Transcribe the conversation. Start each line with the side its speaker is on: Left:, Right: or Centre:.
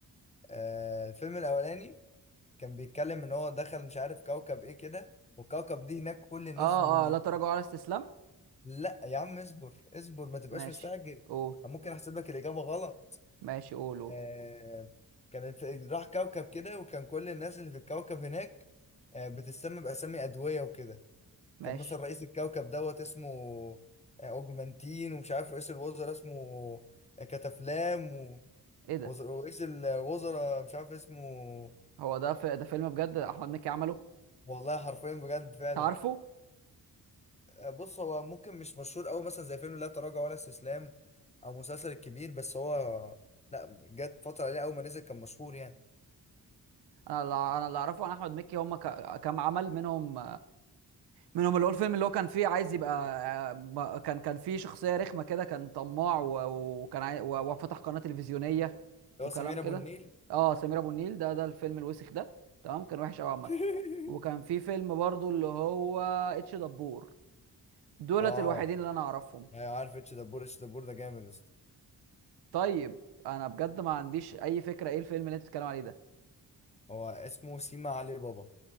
Left: آه الفيلم الاولاني كان بيتكلم ان هو دخل مش عارف كوكب ايه كده والكوكب دي هناك كل الناس
Right: اه
Left: م...
Right: اه لا تراجعوا على استسلام
Left: لا يا عم اصبر اصبر ما تبقاش
Right: ماشي
Left: مستعجل
Right: قول
Left: أنا ممكن احسب لك الاجابه غلط
Right: ماشي قول قول
Left: آه، كانت راح كوكب كده وكان كل الناس اللي في الكوكب هناك آه، بتسمى بأسامي أدوية وكده
Right: ماشي
Left: كان مثلا رئيس الكوكب دوت اسمه آه، أوجمانتين ومش عارف رئيس الوزراء اسمه آه، كتافلام و-
Right: ايه ده
Left: وز- رئيس الوزراء مش عارف اسمه
Right: هو ده في ده فيلم بجد احمد مكي عمله
Left: والله حرفيا بجد فعلا
Right: تعرفه
Left: آه، بص هو ممكن مش مشهور أوي مثلا زي فيلم لا تراجع ولا استسلام أو مسلسل الكبير بس هو لا جت فترة عليه أول ما نزل كان مشهور يعني
Right: انا اللي انا اللي اعرفه عن احمد مكي هم ك- كام عمل منهم منهم اللي هو الفيلم اللي هو كان فيه عايز يبقى ما- كان كان فيه شخصيه رخمه كده كان طماع و- وكان عاي... و- وفتح قناه تلفزيونيه
Left: اللي
Right: وكلام
Left: هو سمير
Right: كده
Left: أبو النيل
Right: اه سمير ابو النيل ده ده الفيلم الوسخ ده تمام كان وحش قوي عامه
Left: <laughs>
Right: وكان في فيلم برضو اللي هو اتش دبور دولت
Left: اه
Right: الوحيدين اللي انا اعرفهم
Left: يعني عارف اتش دبور اتش دبور ده جامد يا اسطى
Right: طيب انا بجد ما عنديش اي فكره ايه الفيلم اللي انت بتتكلم عليه ده
Left: هو اسمه سيما علي بابا